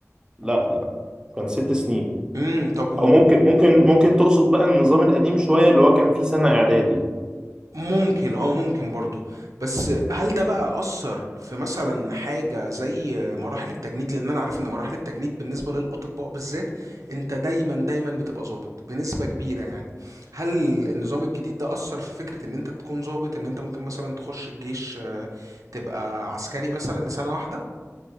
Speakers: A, on the right; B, on the right.
A: لا لا كان ست سنين
B: امم طب
A: او ممكن ممكن ممكن تقصد بقى النظام القديم شوية اللي هو كان فيه سنة إعدادي
B: وممكن اه ممكن برضو بس هل ده بقى أثر في مثلا حاجة زي مراحل التجنيد لأن أنا عارف إن مراحل التجنيد بالنسبة للأطباء بالذات أنت دايما دايما بتبقى ظابط بنسبة كبيرة يعني هل النظام الجديد ده أثر في فكرة إن أنت تكون ظابط إن أنت ممكن مثلا تخش الجيش آه، تبقى عسكري مثلا لسنة واحدة